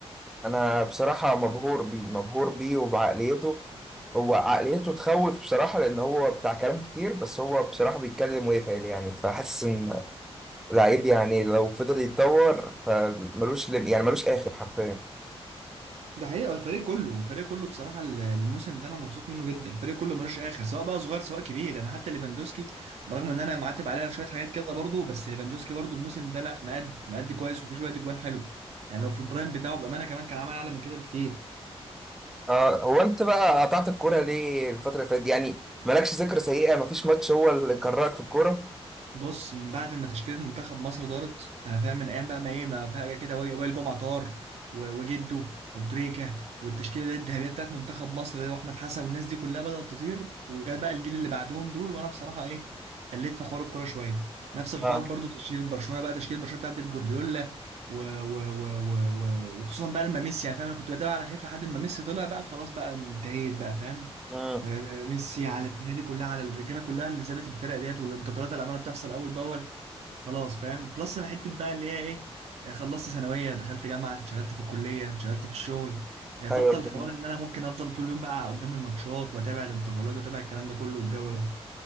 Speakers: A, in the centre; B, on the right.
A: انا بصراحه مبهور بيه مبهور بيه وبعقليته هو عقليته تخوف بصراحه لان هو بتاع كلام كتير بس هو بصراحه بيتكلم ويفعل يعني فحاسس ان لعيب يعني لو فضل يتطور فملوش لم- يعني ملوش اخر حرفيا
B: ده حقيقة الفريق كله الفريق كله بصراحة ال- الموسم ده أنا مبسوط منه جدا الفريق كله ملوش آخر سواء بقى صغير سواء كبير يعني حتى ليفاندوسكي برغم إن أنا معاتب عليه على شوية حاجات كده برضه بس ليفاندوسكي برضه الموسم ده لا مأدي مأدي كويس وفي شوية أجوان حلو يعني لو في البرايم بتاعه بأمانة كمان كان عمل أعلى من كده بكتير
A: اه هو انت بقى قطعت الكوره ليه الفتره اللي فاتت دي؟ يعني مالكش ذكرى سيئه مفيش ماتش هو اللي كرهك في الكوره
B: بص من بعد ما تشكيلة منتخب مصر طارت انا فاهم من ايام بقى ما ايه ما فجأة كده وائل وائل جمعة طار و- وجده وابو تريكة والتشكيلة اللي هي الذهبية بتاعت منتخب مصر اللي هو احمد حسن والناس دي كلها بدأت تطير وجاء بقى الجيل اللي بعدهم دول وانا بصراحة ايه قلت في حوار الكورة شوية نفس الحوار
A: اه
B: برضو تشكيل برشلونة بقى تشكيل برشلونة بتاعت بيب جوارديولا و... و... و... و... و... وخصوصا بقى لما ميسي يعني فاهم انا كنت بتابع على خايف لحد ما ميسي طلع بقى خلاص بقى انتهيت بقى فاهم
A: امم
B: آه، ميسي على الدنيا دي كلها على الرجاله كلها اللي سابت الفرق ديت والانتقالات اللي عماله بتحصل اول باول خلاص فاهم بلس انا حته بقى اللي هي ايه آه، خلصت ثانويه دخلت جامعه اتشغلت في الكليه اتشغلت في الشغل آه، بطل
A: ايوه
B: الحوار
A: فهمت.
B: ان انا ممكن افضل طول اليوم بقى قدام الماتشات واتابع الانتقالات واتابع الكلام ده كله والجو ده